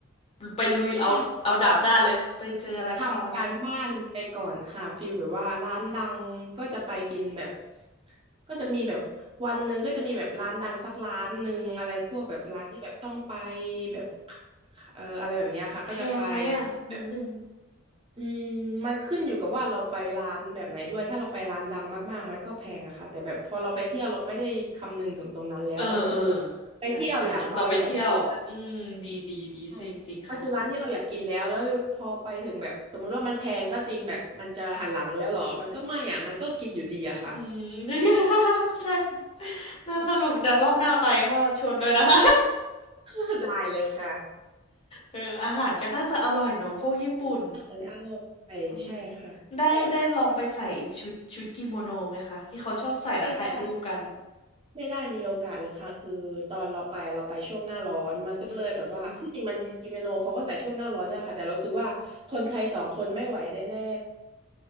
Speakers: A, on the left; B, on the right.
A: ไปลุยเอาเอาดาบหน้าเลยไปเจออะไรก็เอาอันนั้น
B: ใช่ ทำการบ้านไปก่อนค่ะฟิลแบบว่าร้านดังก็จะไปกินแบบก็จะมีแบบวันหนึ่งก็จะมีแบบร้านดังสักร้านหนึ่งอะไรพวกแบบร้านที่แบบต้องไปแบบเอออะไรแบบเนี้ยค่ะก็จะไป
A: แพงไหมอะมื้อหนึ่ง
B: แบบอืมมันขึ้นอยู่กับว่าเราไปร้านแบบไหนด้วยถ้าเราไปร้านดังมากๆมันก็แพงอะค่ะแต่แบบพอเราไปเที่ยวเราไม่ได้คำนึงถึงตรงนั้นแล้วมันคือ
A: เออเออ
B: ไปเที่ยวอยากไปอยากกิน
A: ใช่ใช่เนาะเราไปเที่ยวอืมดีดีดีใช่จริงค่ะจริง
B: ใช่มันคือร้านที่เราอยากกินแล้ว แล้วพอไปถึงแบบสมมุติว่ามันแพงก็จริงแบบมันจะหันหลังแล้วเหรอมันก็ไม่อ่ะมันก็กินอยู่ดีอะค่ะ
A: อืม <laughs> ใช่ค่ะน่าสนุกจัดรอบหน้าไปก็ชวนด้วยนะคะ
B: ใช่
A: <laughs>
B: <laughs> ได้เลยค่ะ
A: เอออาหารก็น่าจะอร่อยเนาะพวกญี่ปุ่น
B: อาหารอร่อยใช่ค่ะ
A: อืมได้ได้ลองไปใส่ชุดชุดกิโมโนไหมคะที่เขาชอบใส่แล้วถ่ายรูปกัน
B: แบบไม่ได้ไม่ได้มีโอกาสเลยค่ะคือตอนเราไปเราไปช่วงหน้าร้อนมันก็เลยแบบว่าที่จริงมันกินเมนูเขาก็ใส่ช่วงหน้าร้อนเนี่ยค่ะแต่เรารู้สึกว่าคนไทยสองคนไม่ไหวแน่
A: อืม